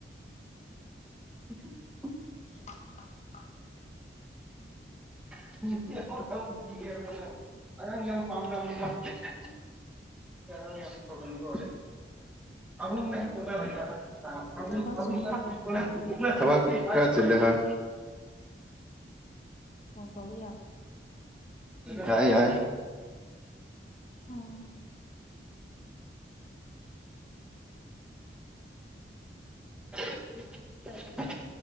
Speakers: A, in the centre; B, on the left.
A: <inaudible> <unintelligible>
B: <inaudible>
A: <unintelligible> ꯌꯥꯝ ꯌꯥꯝ ꯇꯧꯒꯅꯨꯀꯣ <unintelligible>
B: ꯊꯕꯛ ꯆꯤꯟꯕ꯭ꯔꯣ
A: ꯊꯕꯛ ꯈꯔ ꯆꯤꯜꯂꯦ ꯍ‌ꯣꯏ
B: ꯐꯣꯟ ꯇꯧꯕꯤ
A: ꯌꯥꯏ ꯌꯥꯏ
B: ꯑ‌ꯣ
A: <unintelligible>